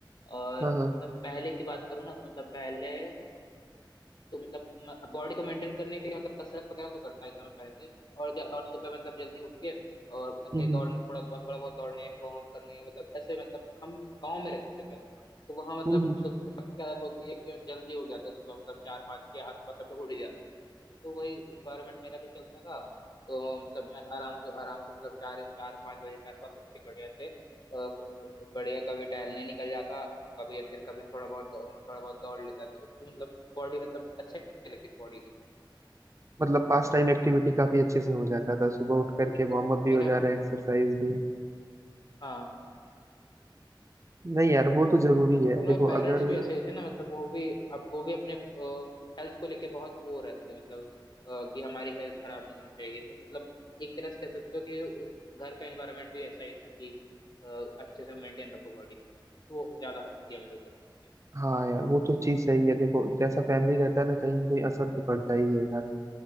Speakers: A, on the left; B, on the right.
A: और
B: हाँ हाँ
A: मतलब पहले की बात करूँ ना तो मतलब पहले अ, तो मतलब बॉडी को मेंटेन करने के लिए मतलब कसरत वगैरह तो करता ही था मैं पहले से और ज- और सुबह मतलब जल्दी उठ के और ऐसे
B: हम्म
A: ही दौड़
B: हम्म
A: थोड़ा बहुत थोड़ा बहुत दौड़ने फिर वार्म अप करने मतलब ऐसे मतलब हम गांव में रहते थे पहले तो वहां मतलब
B: हम्म,
A: सुबह सबकी आदत होती है कि जल्दी उठ जाते हैं सुबह मतलब चार पाँच के आसपास सब लोग उठ ही जाते हैं तो वही इन्वायरमेंट मेरा भी चलता था तो मतलब मैं आराम से आराम से मतलब चार चार पाँच बजे के आसपास उठ के बढ़िया से अ, बढ़िया कभी टहलने निकल जाता कभी या फिर कभी थोड़ा बहुत थोड़ा बहुत दौड़ लेता तो उसकी मतलब बॉडी मतलब अच्छे लगती बॉडी के लिए
B: मतलब पास टाइम एक्टिविटी काफी अच्छे से हो जाता था सुबह उठ
A: और
B: करके
A: मतलब
B: वार्म अप भी
A: मेरा
B: हो जा रहा है एक्सरसाइज भी
A: हाँ
B: नहीं यार वो
A: हाँ
B: तो
A: हाँ।
B: जरूरी है
A: और
B: देखो
A: मेरे पेरेंट्स
B: अगर
A: भी ऐसे थे ना मतलब वो भी अब वो भी अपने हेल्थ को लेके बहुत वो रहते हैं मतलब अ, कि हमारी हेल्थ खराब नहीं होनी चाहिए तो मतलब एक तरह से कह सकते हो कि घर का एनवायरनमेंट भी ऐसा ही था कि अ, अच्छे से मेंटेन रखो बॉडी को तो वो ज्यादा हेल्प किया मेरे को करने
B: हाँ यार वो तो चीज सही है देखो जैसा फैमिली रहता है ना कहीं ना कहीं असर तो पड़ता ही है यार